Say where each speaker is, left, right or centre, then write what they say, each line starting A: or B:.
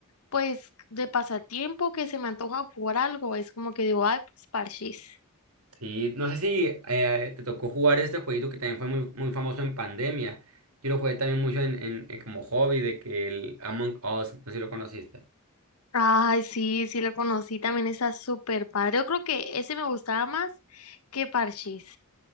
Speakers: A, on the left (about 75°); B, on the right (about 70°).
A: pues, de pasatiempo que se me antoja jugar algo, es como que digo, ay, pues parchís.
B: Sí, no sé si eh, te tocó jugar este jueguito que también fue muy, muy famoso en pandemia. Yo lo jugué también mucho en, en- en como hobby de que el Among Us, no sé si lo conociste.
A: Ay, sí, sí lo conocí, también está súper padre. Yo creo que ese me gustaba más que parchís.